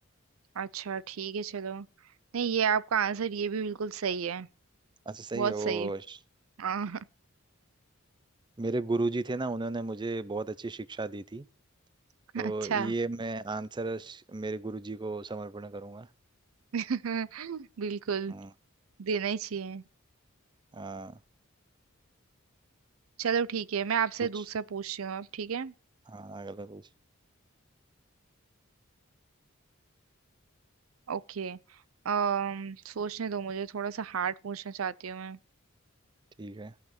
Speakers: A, on the right (about 75°); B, on the right (about 20°).
A: अच्छा ठीक है चलो नहीं ये आपका आंसर ये भी बिल्कुल सही है
B: अच्छा सही
A: बहुत
B: है वो
A: सही
B: श-
A: हाँ
B: मेरे गुरुजी थे ना उन्होंने मुझे बहुत अच्छी शिक्षा दी थी
A: <laughs>
B: तो
A: अच्छा
B: ये मैं आंसर श- मेरे गुरुजी को समर्पण करूंगा
A: <laughs> बिल्कुल
B: हम्म,
A: देना ही चाहिए
B: हाँ
A: चलो ठीक है मैं आपसे
B: पूछ
A: दूसरा पूछती हूँ अब ठीक है
B: हाँ अगला पूछ
A: ओके अम सोचने दो मुझे थोड़ा सा हार्ड पूछना चाहती हूँ मैं
B: ठीक है